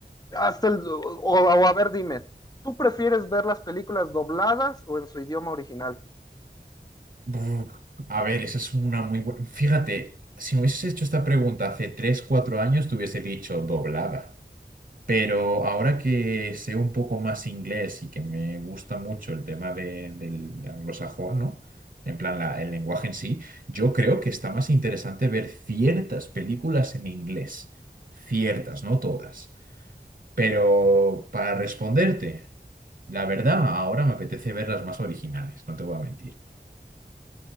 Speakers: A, on the left; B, on the right.
A: Hasta el, o, o a ver, dime, ¿tú prefieres ver las películas dobladas o en su idioma original?
B: Buf, a ver, esa es una muy buena. Fíjate, si me hubieses hecho esta pregunta hace 3 4 años, te hubiese dicho doblada. Pero ahora que sé un poco más inglés y que me gusta mucho el tema de- del anglosajón, ¿no? En plan, la- el lenguaje en sí, yo creo que está más interesante ver ciertas películas en inglés. Ciertas, no todas. Pero para responderte, la verdad, ahora me apetece ver las más originales, no te voy a mentir.